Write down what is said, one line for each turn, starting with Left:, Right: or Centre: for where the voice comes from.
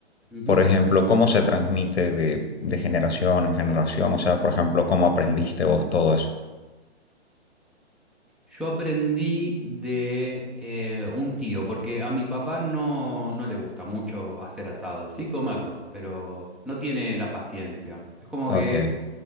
Centre: Ujú.
Left: Por ejemplo, ¿cómo se transmite de, de generación en generación? O sea, por ejemplo, ¿cómo aprendiste vos todo eso?
Centre: Yo aprendí de eh, un tío, porque a mi papá no, no le gusta mucho hacer asado, sí comerlo, pero no tiene la paciencia. Es como
Left: Ok.
Centre: que